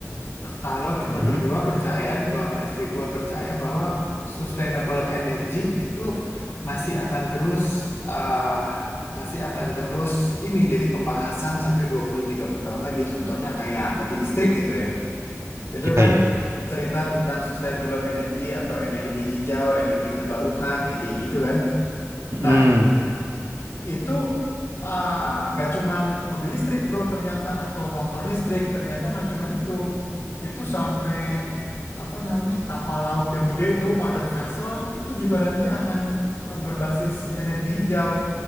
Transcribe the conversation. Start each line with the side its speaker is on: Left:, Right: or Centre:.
Left: Kalau kita
Right: Mm-mm.
Left: berdua percaya nih gua sama istri gua percaya bahwa sustainable energy itu masih akan terus ah, masih akan terus ini jadi pembahasan sampai dua puluh tiga puluh tahun lagi. Contohnya kayak mobil listrik gitu ya. Itu
Right: Iya
Left: kan
Right: ya.
Left: cerita tentang sustainable energy atau energi hijau, energi terbarukan kayak kayak gitu kan.
Right: Mm-mm.
Left: Nah, itu ah, nggak cuman mobil listrik bro ternyata atau motor listrik ternyata nggak cuman itu itu sampai apa namanya kapal laut yang gede itu mother vessel itu juga nanti akan eh, berbasis energi hijau